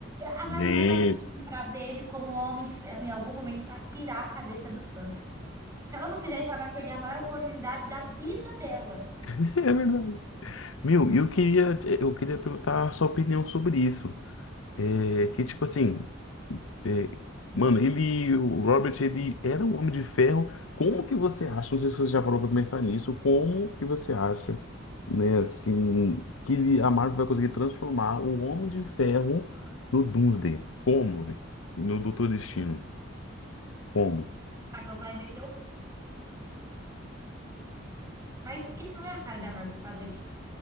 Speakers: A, on the right (about 15°); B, on the left (about 85°).
A: a Marvel
B: Gente,
A: vai dar um jeito de trazer ele como Homem de Ferro em algum momento pra pirar a cabeça dos fãs. Se ela não fizer isso, ela vai perder a maior oportunidade da vida dela.
B: <laughs> é verdade. Meu, eu queria, eu queria perguntar a sua opinião sobre isso. É, que tipo assim, é, mano, ele, o Robert, ele era um homem de ferro. Como que você acha? Não sei se você já parou pra pensar nisso. Como que você acha, né, assim, que ele- a Marvel vai conseguir transformar o Homem de Ferro no Doomsday? Como, velho? No Doutor Destino? Como?
A: A Marvel vai meter o... Mas isso não é a cara da Marvel fazer tipo,